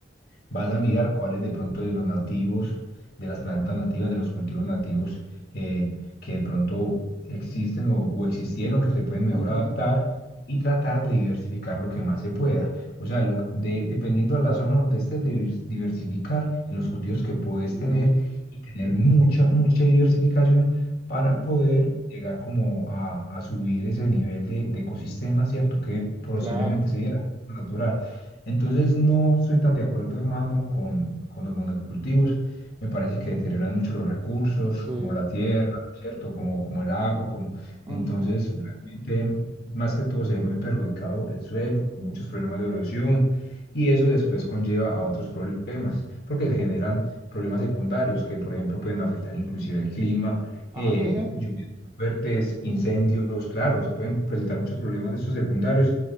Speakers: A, on the left; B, on the right.
A: vas a mirar cuáles de pronto de los nativos, de las plantas nativas, de los cultivos nativos eh, que de pronto existen o, o existieron, que se pueden mejor
B: Ujú,
A: adaptar y tratar de diversificar lo que más se pueda. O sea, lo, de, dependiendo de la zona donde estés, divers- diversificar en los cultivos que puedes
B: Sí.
A: tener y tener mucha, mucha diversificación para
B: ujú,
A: poder llegar como a, a subir ese nivel de, de ecosistema, ¿cierto? Que posiblemente
B: Claro.
A: se diera natural. Entonces no estoy tan de acuerdo, hermano, con, con los monocultivos. Me parece que deterioran mucho los recursos,
B: Sí.
A: como la tierra, ¿cierto? Como, como el agua, como...
B: ujú.
A: Entonces, realmente, más que todo, se ve muy perjudicado el suelo, muchos problemas de erosión, y eso después conlleva a otros problemas, porque se generan problemas secundarios que, por ejemplo, pueden afectar inclusive el clima,
B: Ah,
A: eh,
B: mira.
A: lluvias fuertes, incendios, claro, se pueden presentar muchos problemas de estos secundarios